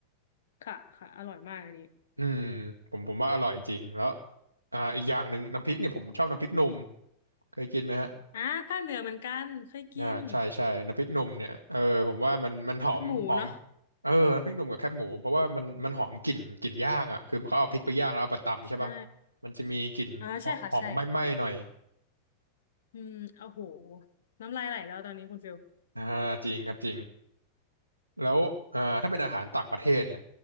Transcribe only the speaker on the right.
อืมผมผมว่าอร่อยจริงแล้วอ่าอีกอย่างหนึ่งน้ำพริกเนี่ยผมชอบน้ำพริกหนุ่มเคยกินไหมฮะ
อ่าใช่ใช่น้ำพริกหนุ่มเนี่ยเออผมว่ามันมันหอมหอม
เออน้ำพริกหนุ่มกับแคบหมูเพราะว่ามันมันหอมกลิ่นกลิ่นย่างอ่ะคือเขาเอาพริกไปย่างแล้วเอาไปตำใช่ป่ะ
มันจะมีกลิ่น
หอมไหม้ๆหน่อย
อ่าจริงครับจริงแล้วอ่าถ้าเป็นอาหารต่างประเทศเนี่ย